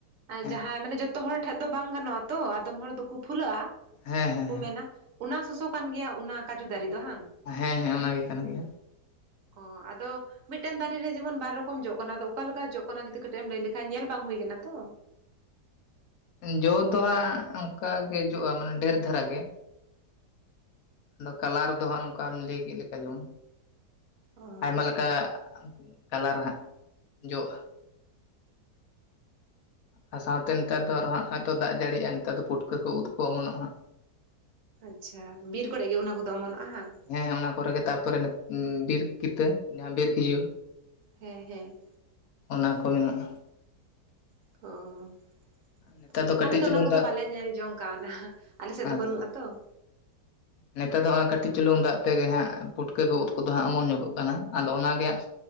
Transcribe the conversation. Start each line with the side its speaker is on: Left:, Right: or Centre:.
Left: ᱦᱮᱸ
Right: ᱡᱟᱦᱟᱸᱭ ᱢᱟᱱᱮ ᱡᱚᱛᱚ ᱦᱚᱲ ᱴᱷᱮᱡ ᱫᱚ ᱵᱟᱝ ᱜᱟᱱᱚᱜᱼᱟ ᱛᱚ ᱟᱫᱚᱢ ᱦᱚᱲ ᱫᱚᱠᱚ ᱯᱷᱩᱞᱟᱹᱜᱼᱟ
Left: ᱦᱮᱸ ᱦᱮᱸ ᱦᱮᱸ
Right: ᱠᱚ ᱢᱮᱱᱟ ᱚᱱᱟ ᱥᱚᱥᱚ ᱠᱟᱱ ᱜᱮᱭᱟ ᱚᱱᱟ ᱠᱟᱡᱩ ᱫᱟᱨᱮ ᱫᱚ ᱵᱟᱝᱟᱝ
Left: ᱦᱮᱸ ᱦᱮᱸ ᱚᱱᱟᱜᱮ ᱠᱟᱱ ᱜᱮᱭᱟ
Right: ᱚ ᱟᱫᱚ ᱢᱤᱫᱴᱮᱱ ᱫᱟᱨᱮ ᱨᱮ ᱡᱮᱢᱚᱱ ᱵᱟᱨ ᱨᱚᱠᱚᱢ ᱡᱚᱜ ᱠᱟᱱᱟᱫᱚ ᱚᱠᱟ ᱞᱮᱠᱟ ᱡᱚᱜ ᱠᱟᱱᱟ ᱡᱩᱚᱫᱤ ᱠᱟᱹᱴᱤᱡ ᱮᱢ ᱞᱟᱹᱭ ᱞᱮᱠᱷᱟᱱᱡ ᱧᱮᱞ ᱵᱟᱝ ᱦᱩᱭᱟᱱᱟ ᱛᱚ
Left: ᱡᱚ ᱫᱚ ᱦᱟᱸᱜ ᱚᱱᱠᱟᱜᱮ ᱡᱚᱜᱼᱟ ᱢᱟᱱᱮ ᱰᱷᱮᱨ ᱫᱷᱟᱨᱟ ᱜᱮ ᱟᱫᱚ ᱠᱟᱞᱟᱨ ᱫᱚ ᱦᱟᱸᱜ ᱱᱚᱝᱠᱟᱢ ᱞᱟᱹᱭ ᱠᱮᱫ ᱞᱮᱠᱟ ᱡᱚᱝ
Right: ᱚ
Left: ᱟᱭᱢᱟ ᱞᱮᱠᱟ ᱠᱟᱞᱟᱨ ᱦᱟᱸᱜ ᱡᱚᱜᱼᱟ ᱟᱨ ᱥᱟᱶᱛᱮ ᱱᱮᱛᱟᱨ ᱫᱚ ᱟᱨᱦᱟᱸᱜ ᱦᱚᱭᱛᱚ ᱫᱟᱜ ᱡᱟᱹᱲᱤᱜᱼᱟ ᱱᱮᱛᱟᱨ ᱫᱚ ᱯᱩᱴᱠᱟᱹ ᱠᱚ ᱩᱫ ᱠᱚᱣᱟ ᱚᱢᱚᱱᱚᱜ ᱦᱟᱸᱜ
Right: ᱟᱪᱪᱷᱟ ᱵᱤᱨ ᱠᱚᱨᱮ ᱜᱮ ᱚᱱᱟ ᱠᱚᱫᱚ ᱚᱢᱚᱱᱚᱜᱼᱟ ᱵᱟᱝ
Left: ᱦᱮᱸ ᱚᱱᱟ ᱠᱚᱨᱮ ᱜᱮ ᱛᱟᱯᱚᱨᱮ ᱵᱤᱨ ᱠᱤᱛᱟᱹ ᱡᱟᱦᱟᱸ ᱵᱤᱨ ᱠᱷᱤᱡᱩᱨ
Right: ᱦᱮᱸ ᱦᱮᱸ
Left: ᱚᱱᱟ ᱠᱚ ᱢᱮᱱᱟᱜᱼᱟ
Right: <unintelligible>
Left: ᱱᱮᱛᱟᱨ ᱠᱟᱹᱴᱤᱡ
Right: ᱟᱞᱮ ᱫᱚ
Left: ᱪᱩᱞᱩᱝ
Right: ᱚᱱᱟ ᱠᱚᱫᱚ
Left: ᱫᱟᱜ
Right: ᱵᱟᱞᱮ ᱧᱮᱞ ᱡᱚᱝ ᱠᱟᱣᱱᱟ ᱟᱞᱮ ᱥᱮᱫ
Left: ᱟᱪᱪᱷᱟ
Right: ᱫᱚ ᱵᱟᱹᱱᱩᱜ ᱟᱛᱚ
Left: ᱱᱮᱛᱟᱨ ᱫᱚ ᱦᱚᱸᱜᱼᱚᱭ ᱠᱟᱹᱴᱤᱡ ᱪᱩᱞᱩᱝ ᱫᱟᱜ ᱛᱮᱜᱮ ᱦᱟᱸᱜ ᱯᱩᱴᱠᱟᱹ ᱠᱚ ᱩᱫ ᱠᱚᱫᱚ ᱦᱟᱸᱜ ᱚᱢᱚᱱ ᱧᱚᱜᱚᱜ ᱠᱟᱱᱟ ᱟᱫᱚ ᱚᱱᱟᱜᱮ ᱦᱟᱸᱜ